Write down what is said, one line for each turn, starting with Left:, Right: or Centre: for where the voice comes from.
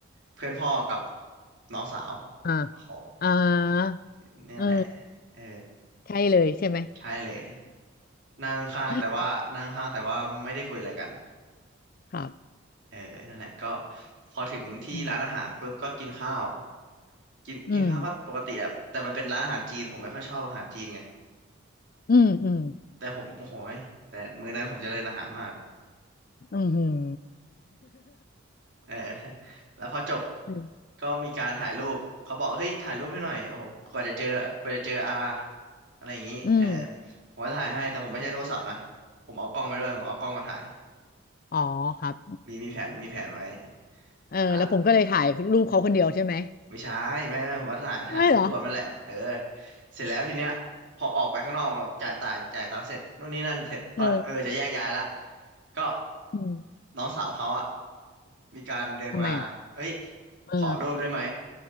Right: เพื่อนพ่อกับน้องสาว
Left: อ่า
Right: โอ้โห
Left: อ่า
Right: เนี่ยแหละ
Left: เออ
Right: เออ
Left: ใช่เลยใช่ไหม
Right: ใช่เลยนั่งข้างแต่ว่านั่งข้างแต่ว่าไม่ได้คุยอะไรกัน
Left: <laughs> ครับ
Right: เออนั่นแหละก็พอถึงที่ร้านอาหารปุ๊บก็กินข้าว
Left: อืม
Right: กินกินข้าวก็ปกติแหละแต่มันเป็นร้านอาหารจีนผมไม่ค่อยชอบอาหารจีนไง
Left: อืมอืมอืม
Right: แต่ผมโอ้โหยแต่มื้อนั้นผมเจริญอาหารมาก
Left: อืมหืม
Right: เออ <laughs> แล้วพอจบ
Left: <laughs> อืม <laughs>
Right: ก็มีการถ่ายรูปเขาบอกเฮ้ยถ่ายรูปให้หน่อยโอ้โหกว่าจะเจอกว่าจะเจออาอะไรอย่างนี้เออ
Left: อืม
Right: ผมก็ถ่ายให้แต่ผมไม่ใช้โทรศัพท์นะผมเอากล้องไปด้วยผมเอากล้องมาถ่าย
Left: อ๋อครับ
Right: มีมีแผนมีแผนไว้
Left: เออแล้วผมก็เลยถ่ายรูปเขาคนเดียวใช่ไหม
Right: อ่า ไม่ใช่ไม่ไม่ผมก็ถ่ายถ่ายรูปรวมนั่นแหละเออ
Left: ไม่เหรอ
Right: เสร็จแล้วทีเนี้ยพอออกไปข้างนอกแบบจ่ายจ่ายจ่ายตังค์เสร็จนู่นนี่นั่นเสร็จก็เออจะแยกย้ายละ
Left: เออ
Right: ก็
Left: อืม
Right: น้องสาวเขาอะมีการเดินมาเอ้ย
Left: ทำไมอ่ะเออ
Right: ขอรูปได้ไหม